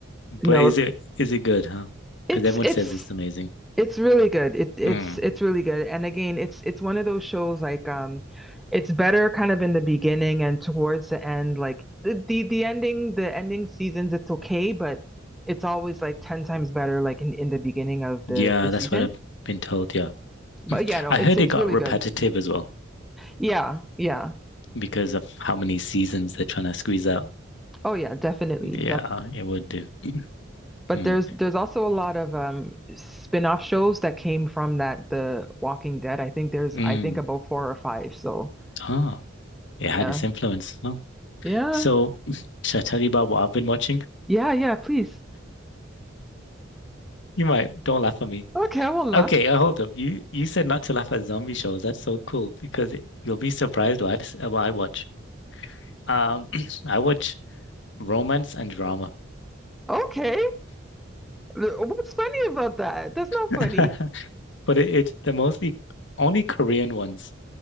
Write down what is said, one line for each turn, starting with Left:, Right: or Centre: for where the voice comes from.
Left: But
Centre: No,
Left: is it is it good, huh?
Centre: it's
Left: Because everyone
Centre: it's
Left: says it's amazing.
Centre: It's really good. It it's
Left: Mm.
Centre: it's really good. And again, it's it's one of those shows like um it's better kind of in the beginning and towards the end like the the, the ending the ending seasons it's okay, but it's always like 10 times better like in, in the beginning of
Left: Yeah,
Centre: the the
Left: that's
Centre: season.
Left: what I've been told. Yeah, <clears throat>
Centre: But yeah, no,
Left: I
Centre: it's
Left: heard
Centre: it's
Left: it got
Centre: really
Left: repetitive
Centre: good.
Left: as well
Centre: Yeah, yeah.
Left: because of how many seasons they're trying to squeeze out.
Centre: Oh yeah, definitely.
Left: Yeah,
Centre: Def
Left: it would do.
Centre: but
Left: Mm,
Centre: there's there's also a lot of um spin-off shows that came from that The Walking Dead. I think there's
Left: mm.
Centre: I think about four or five. So,
Left: Ah, it
Centre: yeah.
Left: had its influence. Huh?
Centre: Yeah.
Left: So, <laughs> <sniffs> should I tell you about what I've been watching?
Centre: Yeah, yeah, please.
Left: You might don't laugh at me.
Centre: Okay, I
Left: Okay, uh, hold up. You you said not to laugh at zombie shows. That's so cool because it, you'll be surprised what I, dis- uh, what I watch. Um, <clears throat> I watch romance and drama,
Centre: Okay. What's funny about that? That's not
Left: <laughs>
Centre: funny.
Left: but it, it's the mostly only Korean ones